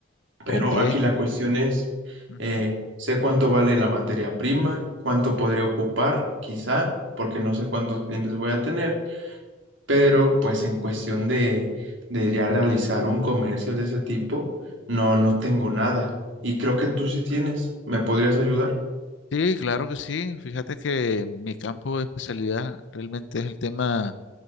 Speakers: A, on the left; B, on the right.
A: Ok.
B: Pero aquí la cuestión es,
A: Ujú.
B: eh, sé cuánto vale la materia prima, cuánto podría ocupar, quizá, porque no sé cuántos clientes voy a tener, pero pues en cuestión de, de ya realizar un comercio de ese tipo, no, no tengo nada. Y creo que tú sí tienes, ¿me podrías ayudar?
A: Sí, claro que sí. Fíjate que mi campo de especialidad realmente es el tema